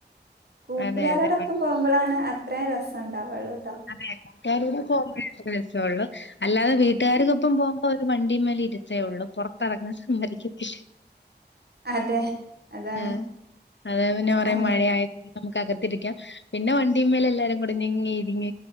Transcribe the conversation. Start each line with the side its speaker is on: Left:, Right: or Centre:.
Right: കൂട്ടുകാരോടൊപ്പം
Left: അതെ അതെ മന
Right: പോകുമ്പളാണ്അത്രയും രസംണ്ടാവുള്ളു
Left: അതെ കൂട്ടുകാരുടെ പോകുമ്പോഴേ രസള്ളൂ അല്ലാതെ വീട്ടുകാർക്കൊപ്പം
Right: ഉം.
Left: പോകുമ്പോ വണ്ടിമ്മൽ ഇരുത്തേ ഉള്ളൂ പുറത്തെറങ്ങാൻ സംമ്മരിക്കത്തില്ലേ
Right: അതെ അതാണ്
Left: ആ അത പിന്നെ കുറെേ
Right: അങ്ങനെ
Left: മഴ ആയ നമുക്ക് അകത്തിരിക്കാം പിന്നെ വണ്ടിമ്മല് എല്ലാരും കൂടെ നിങ്ങി ഇരിങ്ങ